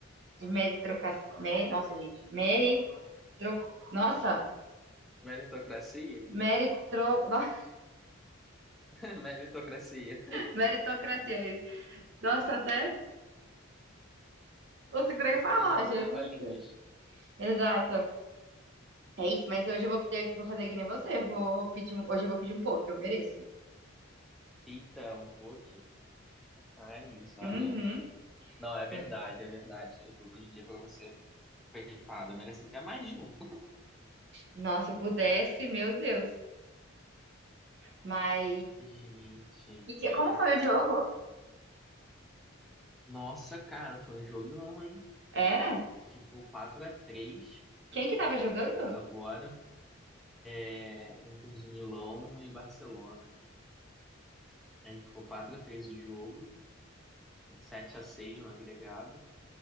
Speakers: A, on the right; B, in the centre.
A: de meritocracia. nossa, gente. Meritro, nossa,
B: meritocracia?
A: meritro, <laughs> Nossa,
B: <laughs> Meritocracia.
A: meritocracia. é isso. Nossa, até eu segurei
B: A
A: falar,
B: gente
A: Jesus.
B: trava línguas.
A: Exato. É isso, mas hoje eu vou ter, vou fazer que nem você. Vou pedir um, hoje eu vou pedir um pouco, eu mereço.
B: Eita, um pouco. Mas, olha.
A: Uhum.
B: Não, é verdade,
A: Hoje-
B: é verdade. Hoje em dia, pra você, coitado, merece até mais de um. <laughs>
A: Nossa, se eu pudesse, meu Deus. Mas.
B: Gente,
A: E que,
B: é.
A: como foi o jogo?
B: Nossa, cara, foi um jogão, hein?
A: É?
B: Ficou quatro a três
A: Quem que tava jogando?
B: agora. É, Inter de Milão e Barcelona. A gente ficou 4 a 3 o jogo, 7 a 6 no agregado.